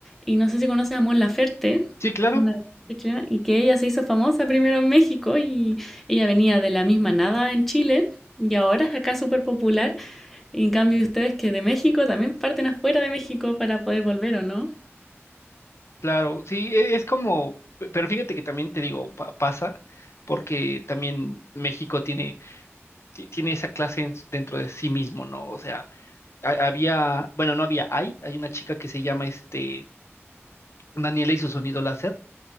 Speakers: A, in the centre; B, on the left (about 65°).
A: Y no sé si conoces a Mon Laferte,
B: Sí, claro.
A: una artista chilena, y que ella se hizo famosa primero en México y ella venía de la misma nada en Chile y ahora es acá súper popular. Y en cambio ustedes que de México también parten afuera de México para poder volver, ¿o no?
B: Claro, sí, e- es como, pe- pero fíjate que también te digo, pa- pasa, porque también México tiene, ti- tiene esa clase en- dentro de sí mismo, ¿no? O sea, ha- había, bueno, no había, hay, hay una chica que se llama este, Daniela y su sonido láser